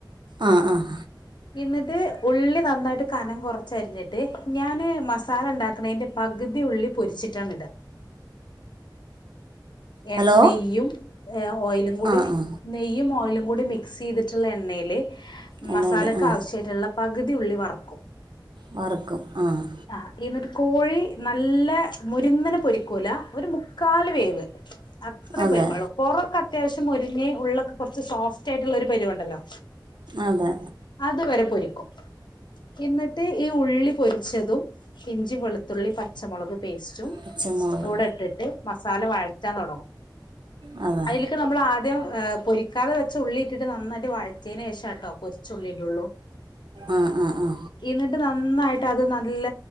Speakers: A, on the right (about 75°); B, on the left (about 70°).
A: ആഹ് ആഹ്
B: പിന്നത് ഉള്ളി നന്നായിട്ട് കനം കുറച്ചരിഞ്ഞിട്ട് ഞാന്ൻമസാല ഉണ്ടാക്ക തിന്റെ പകുതി ഉള്ള പൊരിച്ചിട്ടാണ് ഇട എ
A: ഹലോ
B: നെയ്യും ഓയിലും കൂടി
A: ആ ആ
B: നെയ്യും ഓയിലും കൂടി മിക്സ് ചെയ്തിട്ടുള്ള എണ്ണയിൽ
A: എണ്ണയിൽ
B: മസാലക്ക്
A: ആ
B: ആവശ്യമായിട്ടുള്ള പകുതി ഉള്ളി വറക്കും.
A: വറക്കും ആഹ്
B: ആ എന്നിട്ട്കോഴി നല്ല മുരുന്നിന പൊരിക്കൂല ഒരു മുക്കാല് വേവ് അത്രേ
A: അതെ
B: പൊരുക്കള്ളൂ പുറൊക്കെ അത്യാവശ്യം മൊരിഞ്ഞ ഉള്ളൊക്കെ കുറച്ച് സോഫ്റ്റ് റ്റ്ആയിട്ടുള്ള ഒരു പരിവുണ്ടല്ലോ
A: അതെ
B: അതുവരെ പൊരിക്കും എന്നിട്ട് ഈ ഉള്ളി പൊ രിച്ചതും ഇഞ്ചി വെളുത്തുള്ളി പച്ചമുളക് പേസ്റ്റും
A: പച്ചമുളക്
B: ടെട്ടിട്ട് മസാല വഴറ്റാൻ തുടങ്ങും
A: ആ അതെ
B: അതില് ക്ക് നമ്മൾ ആദ്യം പൊരിക്കാതെ വെച്ച ഉള്ളിട്ടിട്ട്ന്നായിട്ട് വഴച്ചതിന് ശേഷം കേട്ടോ പൊരിച്ച ഉള്ളിട്ടള്ളു <inaudible>
A: ആഹ് ആഹ് ആഹ്
B: എന്നിട്ട് നന്നായിട്ട് അത് നല്ല